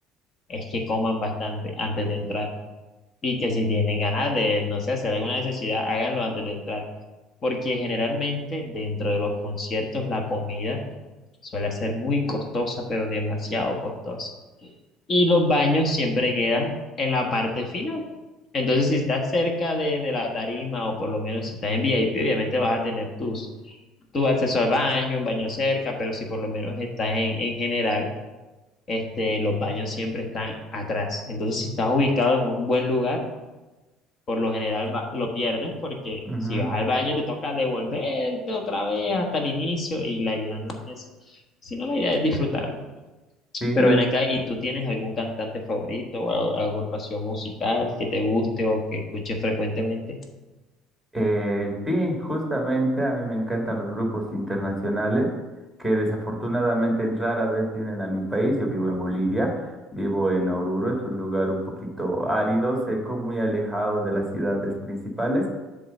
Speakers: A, on the left; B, in the centre.
A: es que coman bastante antes de entrar y que si tienen ganas de, no sé, hacer alguna necesidad, háganlo antes de entrar. Porque generalmente dentro de los conciertos la comida suele ser muy costosa, pero demasiado costosa y los baños siempre quedan en la parte final. Entonces, si estás cerca de, de la tarima o por lo menos si estás en VIP, obviamente vas a tener tus, tu acceso al baño, un baño cerca, pero si por lo menos estás en, en general, este, los baños siempre están atrás. Entonces, si estás ubicado en un buen lugar, por lo general va- lo pierdes porque
B: Ujú.
A: si vas al baño te toca devolverte otra vez hasta el inicio y la idea no es esa, sino la idea es disfrutar.
B: Sí,
A: Pero ven acá, ¿y tú tienes algún cantante favorito o a- agrupación musical que te guste o que escuches frecuentemente?
B: eh, sí, justamente a mí me encantan los grupos internacionales que desafortunadamente rara vez vienen a mi país. Yo vivo en Bolivia, vivo en Oruro, es un lugar un poquito árido, seco, muy alejado de las ciudades principales